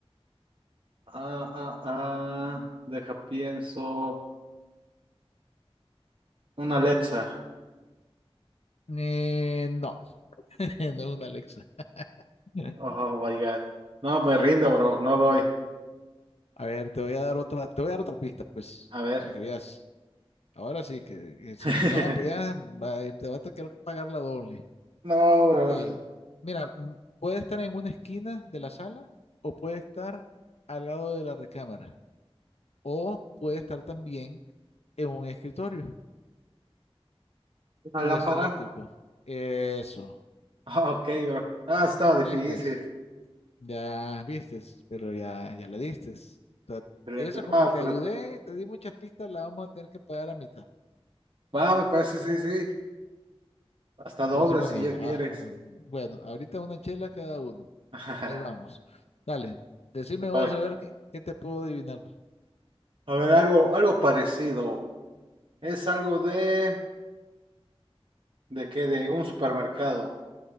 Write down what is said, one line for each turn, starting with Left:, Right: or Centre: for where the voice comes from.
Right: Ah, ah, ah. Deja pienso. Una Alexa.
Left: Eh, no, <laughs> no es una Alexa. <laughs>
Right: Oh my God. No, me rindo, bro. No doy.
Left: A ver, te voy a dar otra, te voy a dar otra pista, pues,
Right: A ver.
Left: para que veas. Ahora sí, que, que si
Right: <laughs>
Left: no la pegas, va- eh, te va a tener que pagar la doble.
Right: No, bro.
Left: Ok, mira, mm, puede estar en una esquina de la sala o puede estar al lado de la recámara o puede estar también en un escritorio.
Right: ¿Una
Left: y
Right: lámpara?
Left: es eléctrico. Eso.
Right: Ah, Ok, bro. Ah, estaba difícil.
Left: ¿Vistes? Ya vistes, pero ya, ya le distes. Ta-
Right: Excelente.
Left: Eso como
Right: Ah,
Left: te
Right: pues
Left: ayudé, te di muchas pistas, la vamos a tener que pagar a mitad.
Right: va, me parece, sí, sí. Hasta
Left: Entonces,
Right: doble
Left: bueno,
Right: si ya
Left: ah,
Right: quieres.
Left: ah, bueno, ahorita una chela cada uno.
Right: <laughs>
Left: Ahí vamos. Dale, decime vos
Right: Bueno,
Left: a ver qué, qué te puedo adivinar.
Right: A ver, algo, algo parecido. Es algo de, ¿de qué? De un supermercado.